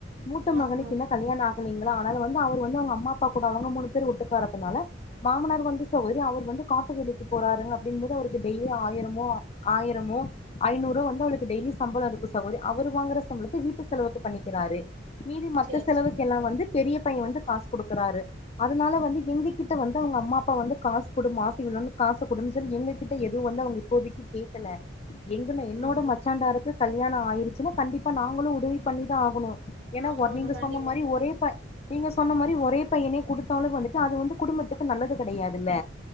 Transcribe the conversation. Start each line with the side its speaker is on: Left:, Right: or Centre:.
Left: மூத்த
Right: ம்
Left: மகனுக்கு
Right: ம்
Left: இன்னு கல்யாண ஆ கல அதனால வந்து அவர் வந்து அவுங்க அம்மா அப்பா கூட அவுங்க மூணு பேர் ஒட்டுக்காருக்கனால மாமனார் வந்து சகோதரி அவர் வந்து காட்டு வேலைக்கு போறாருங்க அப்டின்மோது அவருக்கு டெய்லி ஆயிரமோ ஆயரமோ ஐநூறோ வந்து அவளுக்கு டெய்லி சம்பள இருக்கு சகோதரி அவரு வாங்குற சம்பளத்த வீட்டு செலவுக்கு பண்ணிக்கிறாரு மீதி மத்த
Right: சேரி
Left: செலவுக்கு
Right: சேரி
Left: எல்லா வந்து பெரிய பைய வந்து காசு குடுக்குறாரு அதுனால வந்து எங்ககிட்ட வந்து அவுங்க அம்மா அப்பா வந்து காசு குடு மாச இவ்ளன் காசு குடுன் சொல்லி எங்க கிட்ட எதுவு வந்து அவுங்க இப்போதைக்கு கேக்கல எங்கன என்னோட
Right: ம் ம்
Left: மச்சான்டாருக்கு கல்யாண ஆயிருச்சுனா கண்டிப்பா நாங்களு உதவி பண்ணிதா ஆகனு ஏனா
Right: ஆமா
Left: வ
Right: ஆமா
Left: நீங்க
Right: கண்டிப்பா
Left: சொன்ன மாரி ஒரே ப நீங்க சொன்ன மாரி ஒரே பையனே குடுத்தாலு வந்துட்டு அது வந்து குடும்பத்துக்கு நல்லது கெடையாதுல்ல